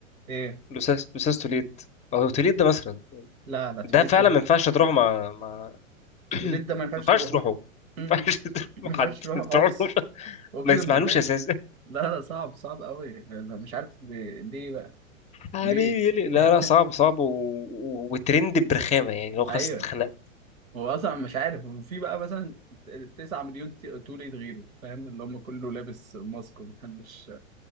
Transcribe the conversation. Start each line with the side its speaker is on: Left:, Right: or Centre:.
Right: ايه
Left: لوساس لوساس توليد او توليد ده مثلا يعني
Right: لا لا توليد
Left: ده فعلا
Right: ده
Left: ما ينفعش تروحه مع مع <clears throat>
Right: توليد ده
Left: ما
Right: ما ينفعش
Left: ينفعش
Right: تروحه
Left: تروحه ما
Right: م-
Left: ينفعش
Right: م.
Left: <laughs> تروح مع
Right: ما ينفعش
Left: حد
Right: تروحه خالص
Left: تروحوش <laughs>
Right: اقسم
Left: ما تسمعلوش
Right: بالله
Left: اساسا
Right: لا لا صعب صعب قوي أنا مش عارف ليه بقى
Left: حبيبي
Right: ليه
Left: يلي لا
Right: <laughs>
Left: لا صعب صعب و... و- وترند برخامه يعني هو خلاص
Right: ايوه
Left: اتخنقت
Right: هو اصلا مش عارف وفي بقى مثلا 9 مليون ت- توليد غيره فاهم اللي هم كله لابس ماسك ومحدش